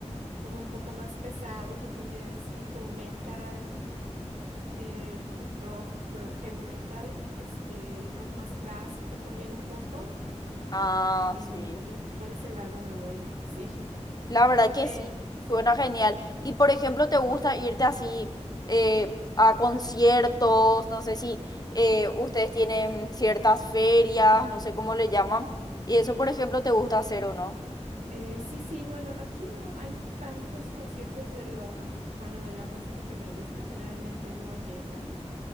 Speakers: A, on the right; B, on the left.
A: como un poco más pesado, se podría decir, como metal, eh, rock, eh, heavy metal, este, y rock más clásico también un poco,
B: Ah,
A: y,
B: sí.
A: y por ese lado me voy, <laughs> sí.
B: La verdad que
A: Eh,
B: sí,
A: sí.
B: suena genial. Y por ejemplo, ¿te gusta irte así eh, a conciertos? No sé si eh, ustedes tienen ciertas ferias, no sé cómo le llaman. Y eso, por ejemplo, ¿te gusta hacer o no?
A: Eh, sí, sí, bueno, aquí no hay tantos conciertos de la, bueno, de la música que me gusta, generalmente no llegan,